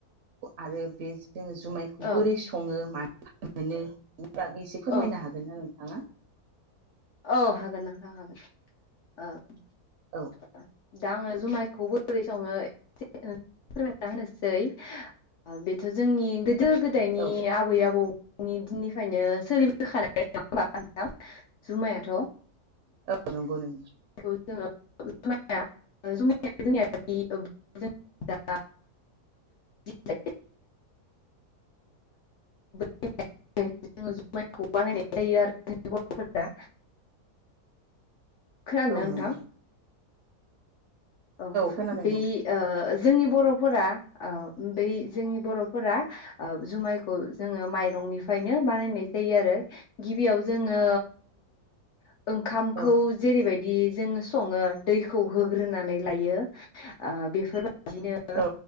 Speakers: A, on the right; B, on the left.
A: आरो बे जो जुमायखौ
B: औ
A: बोरै सङो मानिफाय मोनो बेनि बागै एसे फोरमायनो
B: औ
A: हागोन ना नोंथाङा
B: औ हागोन नोंथां हागोन ओ
A: औ
B: दा आङो जुमायखौ बोरै सङो एसे फोरमायना होनोसै ओ बेथ' जोंनि गो गोदो गोदायनि
A: औ
B: आबै आबौनि दिननिफ्रायनो सोलिबोखानाय <unintelligible> जुमायाथ'
A: औ नंगौ नों
B: <unintelligible> जोंनिया <unintelligible> जुमायखौ बानायनाय जायो <unintelligible> खोनादों ना
A: औ
B: नोंथां
A: नंगौ
B: औ
A: खोनादों
B: बै
A: नोंथां
B: ओ जोंनि बर'फोरा बै जोंनि बर'फोरा ओ जुमायखौ जोङो माइरंनि फयनो बानायनाय जायो आरो गिबियाव जोङो उम ओंखामखौ
A: औ
B: जेरैबायदि जोङो सङो दैखौ होग्रोनानै लायो ओ बेफोरबायदिनो
A: औ